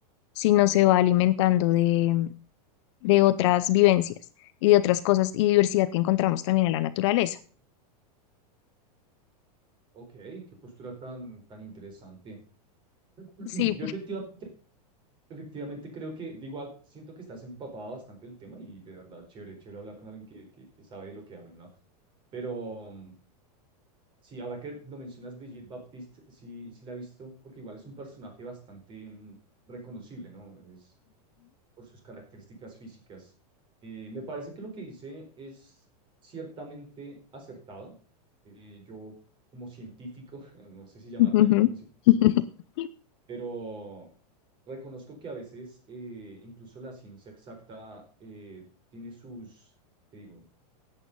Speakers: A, on the left; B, on the right.
A: sino se va alimentando de, de otras vivencias y de otras cosas y diversidad que encontramos también en la naturaleza.
B: Ok, qué postura tan, tan interesante. <clears throat>
A: Sí.
B: Yo efectivamente, efectivamente creo que, de igual, siento que estás empapada bastante del tema y de verdad, chévere, chévere hablar con alguien que, que, que sabe de lo que habla, ¿no? Pero, mm, Sí, ahora que lo mencionas, Brigitte Baptiste, sí, sí la he visto, porque igual es un personaje bastante mm, reconocible, ¿no? Es por sus características físicas. Eh, me parece que lo que dice es ciertamente acertado. Eh, yo, como científico, <laughs> no sé si llamarme
A: Ujú.
B: a mí mismo, cien-
A: <laughs>
B: pero reconozco que a veces eh, incluso la ciencia exacta eh, tiene sus, te digo,